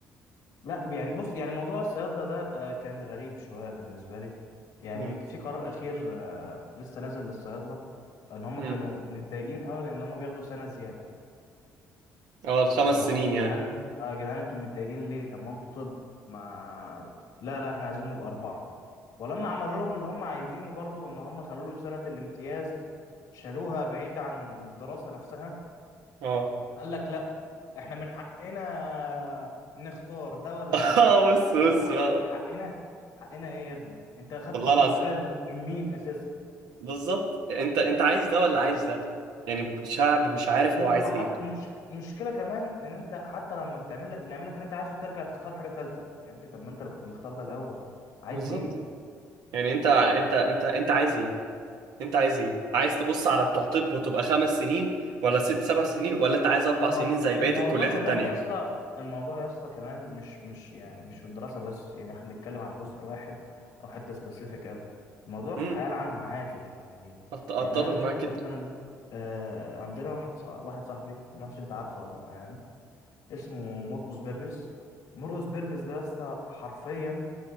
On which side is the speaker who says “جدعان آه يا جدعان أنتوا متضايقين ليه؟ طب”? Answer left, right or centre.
Left